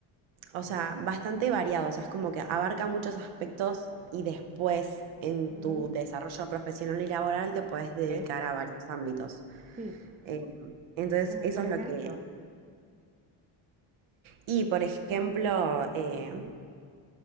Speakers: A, on the right (about 70°); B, on the right (about 15°).
A: o sea, bastante variado, o sea, es como que abarca muchos aspectos y después en
B: Ujú,
A: tu desarrollo profesional y laboral te puedes dedicar
B: yes,
A: a varios ámbitos.
B: sí,
A: Eh, entonces,
B: como
A: eso
B: por
A: es
B: ejemplo.
A: lo que... Y, por ejemplo, eh,
B: ujú,